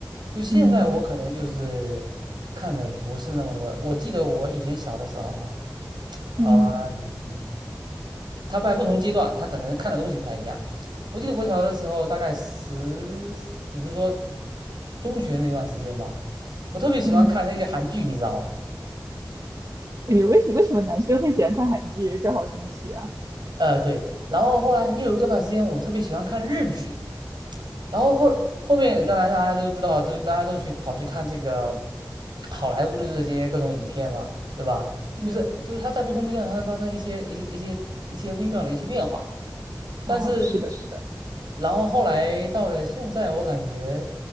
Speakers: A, on the right; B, on the right.
A: 就现在我可能就是
B: 嗯
A: 看的不是那么多了我记得我以前小的时候哈，呃嗯，
B: 嗯
A: 他在不同阶段，他可能看的东西不太一样。我记得我小的时候，大概十，就比如说中学那段时间吧。我特别喜欢看那些韩剧，
B: 嗯
A: 你知道吧？
B: 哎，为什为什么男生会喜欢看韩剧？这好神奇啊！
A: 呃，对，然后后来又有一段时间，我特别喜欢看日剧，然后后后面当然大家都知道，都大家都去跑去看这个好莱坞的这些各种影片嘛，对吧？
B: 嗯，
A: 就是就是它在不同阶段它会发生一些一些一些一些微妙的一些变化，但是
B: 啊，是的，是的。
A: 然后后来到了现在，我感觉